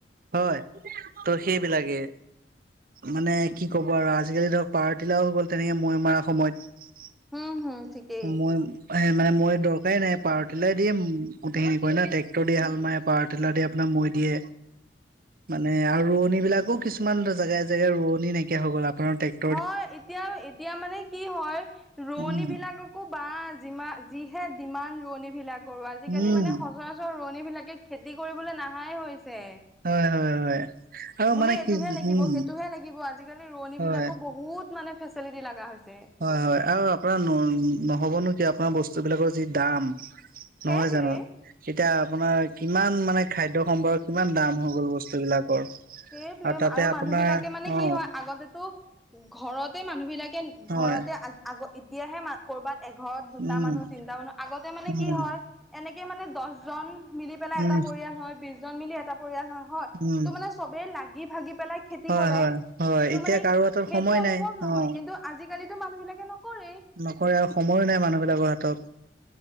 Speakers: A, on the right; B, in the centre.
A: হয়। ত' সেইবিলাকে মানে কি ক'ব আৰু আজিকালি ধৰক পাৱাৰ টিলাও হৈ গ'ল তেনেকে মৈ মাৰ সময়ত
B: হম হম ঠিকেই
A: মই এ মানে মই দৰকাৰেই নাই, পাৱাৰ টিলাৰ দিয়ে গোটেইখিনি কৰে ন ট্ৰেক্টৰ দি হাল পাৱাৰ টিলাৰ দি আপোনাৰ মৈ দিয়ে। মানে আৰু ৰোৱনী বিলাকোও কিছুমান জেগাই জেগাই ৰোৱনী নাইকিয়া হৈ গ'ল আপোনাৰ টেক
B: হয় এতিয়া আৰু এতিয়া মানে কি হয় ৰোৱনী
A: উম
B: বিলাকক ও বা যিমা যিহে ডিমান ৰোৱনী বিলাকৰো আজিকালি
A: উম
B: মানে সচৰাচৰ ৰোৱনী বিলাকে খেতি কৰিবলৈ নাহাই হৈছে।
A: হয় হয় হয় আৰু
B: বোলে
A: মানে
B: এইটোহে
A: কি
B: লাগিব
A: উম
B: সেইটোহে লাগিব, আজিকালি ৰোৱনী
A: হয়
B: বিলাকো বহুত মানে ফেচিলিটি লাগা হৈছে
A: হযঁ হয়ঁ আৰু আপোনাৰ ন-নহ'বনো কিয় আপোনাৰ বস্তু বিলাকৰ যি দাম। নহয়
B: সেইটোৱে
A: জানো, এতিয়া আপোনাৰ কিমান মানে খাদ্য সম্ভাৰৰ কিমান দাম। হৈ গ'ল বস্তু বিলাকৰ
B: সেইটোৱে,
A: তাতে
B: আৰু
A: আপোনাৰ
B: মানুহ বিলাকে মানে
A: অ
B: কি হয় আগতেতো,,,, ঘৰতে মানুহ বিলাকে
A: হয়
B: ঘৰতে আ আগ এতিয়াহে মানুহে কৰবাত এঘৰত দুটা
A: উম
B: মানুহ তিনটা মানুহ আগতে মানে
A: উম
B: কি হয় এনেকে মানে দহজন,,, মিলি পেলাই
A: উম
B: এটা পৰিয়াল হয়, বিছজন মিলি পেলাই এটা,,,,, হয়ঁ হয়ঁ
A: উম
B: ত' মানে চবেই লাগি ভাগি পেলাই খেতি
A: হয়
B: কৰে
A: হয় হয়
B: ত'
A: এতিয়া
B: মানে,,,
A: কাৰো হাতত
B: সেইটো
A: সময়
B: অনুভৱ
A: নাই
B: নহয়
A: অ
B: কিন্তু আজিকালিতো মানুহ বিলাকে নকৰেই।
A: নকৰে আৰু সময়ো নাই মানুহবিলাকৰ হাতত।